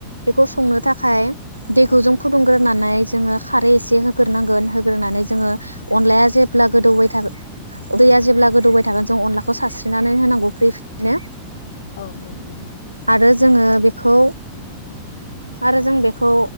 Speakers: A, on the right; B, on the left.
A: बेखौ संनो थाखाय दैखौ
B: औ
A: जों फुदुं ग्रो होननानै जोङो खारै एसे होग्रोनांगोन होग्रोनानै जोङो अनलाया जेब्ला गोदौबाय थागोन दैया
B: औ
A: जेब्ला गोदौबाय थागोन जों अनलाखौ सारस्रिनानै होनांगौ फ्रि फ्रिनो
B: औ -औ नंगौ
A: आरो जोङो बेखौ आरो जों बेखौ